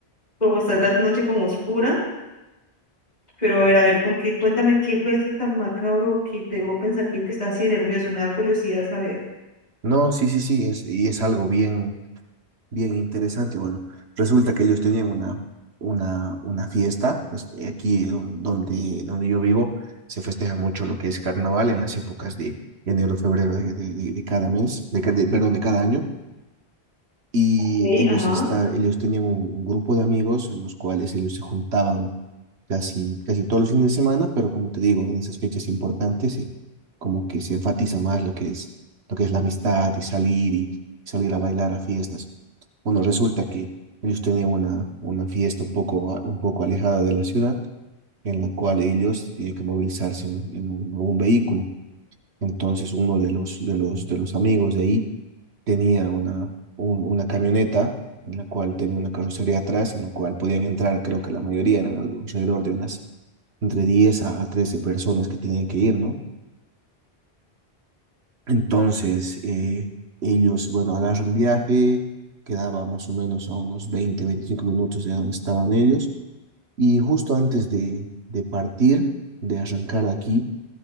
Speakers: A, on the left; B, on the right.
A: como está la noche como oscura, pero a ver, a ver, con qué, cuéntame qué fue eso tan macabro que te dejó pensativo, que estás así de nervioso, me da curiosidad saber.
B: No, sí, sí, sí, es, y es algo bien Bien interesante. Bueno, resulta que ellos tenían una, una, una fiesta, pues, eh, aquí don- donde, donde yo vivo se festeja mucho lo que es carnaval en las épocas de enero, febrero de, de- de- de cada mes, de, ca- de- perdón, de cada año. Y
A: Sí,
B: ellos,
A: ajá.
B: está, ellos tenían un, un grupo de amigos en los cuales ellos se juntaban casi, casi todos los fines de semana, pero como te digo, en esas fechas importantes, eh, como que se enfatiza más lo que es, lo que es la amistad y salir y salir a bailar a fiestas. Bueno, resulta que ellos tenían una, una fiesta un poco, a- un poco alejada de la ciudad, en la cual ellos tienen que movilizarse en, en un, un vehículo. Entonces, uno de los, de los, de los amigos de ahí tenía una, un- una camioneta en la cual tenía una carrocería atrás, en la cual podían entrar, creo que la mayoría eran algo- alrededor de unas entre 10 a, a 13 personas que tenían que ir, ¿no? Entonces, eh, ellos, bueno, agarran viaje, quedaba más o menos a unos 20 25 minutos de donde estaban ellos, y justo antes de, de partir, de arrancar de aquí,